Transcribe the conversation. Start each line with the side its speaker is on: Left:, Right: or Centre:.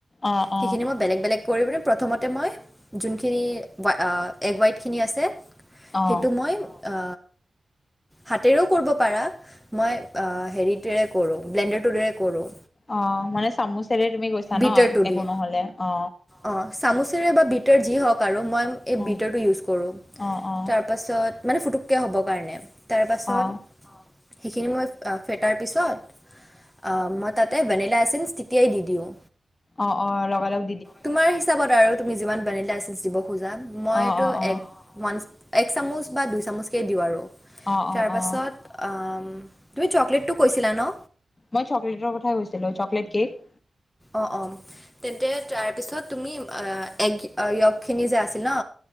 Left: অ অ
Centre: সেইখিনি মই বেলেগ বেলেগ কৰি প্ৰথমতে মই যোনখিনি অ এগ ৱাইটখিনি আছে
Left: অ
Centre: সেইটো মই আ হাতেৰেও কৰিব পাৰা মই অ হেৰিটোৰে কৰো ব্লেণ্ডাৰটোৰে কৰো
Left: অ মানে চামুচেৰে তুমি কৈছা
Centre: বিটাৰটো
Left: ন একো
Centre: দি
Left: নহলে অ
Centre: অ চামুচেৰে বা বিটাৰ যি হওক আৰু মই এই
Left: অ
Centre: বিটাৰটো ইউজ কৰো
Left: অ অ
Centre: তাৰ পাছত মানে ফুটুককে হ'ব কাৰণে তাৰ পাছত
Left: অ
Centre: সেইখিনি মই ফেটাৰ পিছত আ মই তাতে ভেনিলাএচেন্স তেতিয়াই দি দিওঁ
Left: অ অ লগা লগ
Centre: তোমাৰ হিচাপত আৰু তুমি যিমান ভেনিলাএচেন্স দিব খোজা আৰু মইতো
Left: অ অ অ
Centre: এক ওৱান এক চামুচ বা দুই চামুচকেই দিওঁ আৰু
Left: অ অ
Centre: তাৰপাছত
Left: অ
Centre: আ তুমি চকলেটটো কৈছিলা ন
Left: মই চকলেটৰ কথাই কৈছিলো চকলেট কেক
Centre: অ অ তেন্তে তাৰপিছত তুমি আ এগ য়গখিনি যে আছে ন